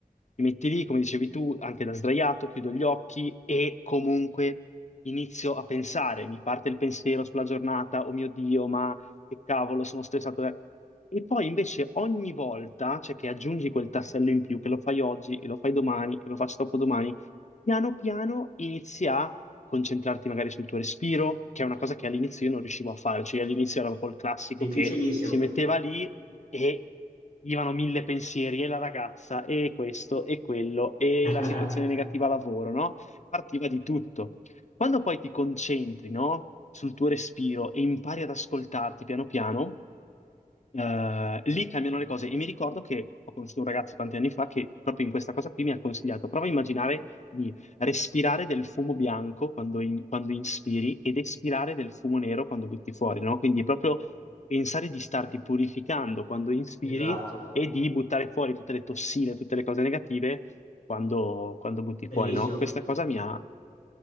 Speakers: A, on the left; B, on the left.
A: ti metti lì, come dicevi tu, anche da sdraiato, chiudo gli occhi e comunque inizio a pensare, mi parte il pensiero sulla giornata, oh mio Dio, ma che cavolo, sono stressato. eh. E poi invece ogni volta, cioè che aggiungi quel tassello in più, che lo fai oggi, e lo fai domani, e lo faccio dopodomani, piano piano inizi a concentrarti magari sul tuo respiro, che è una cosa che all'inizio io non riuscivo a fare, cioè all'inizio era proprio il classico
B: Difficilissimo.
A: che si metteva lì e gli vanno mille pensieri, e la ragazza, e questo, e quello, e
B: <laughs>
A: la situazione negativa al lavoro, no? Partiva di tutto. Quando poi ti concentri, no, sul tuo respiro e impari ad ascoltarti piano piano, eh, lì cambiano le cose. E mi ricordo che ho conosciuto un ragazzo tanti anni fa che proprio in questa cosa qui mi ha consigliato, prova a immaginare di respirare del fumo bianco quando, in- quando inspiri ed espirare del fumo nero quando butti fuori, no? Quindi proprio pensare di starti purificando quando inspiri
B: Esatto.
A: e di buttare fuori tutte le tossine, tutte le cose negative quando, quando butti
B: Bellissimo.
A: fuori, no? Questa cosa mi ha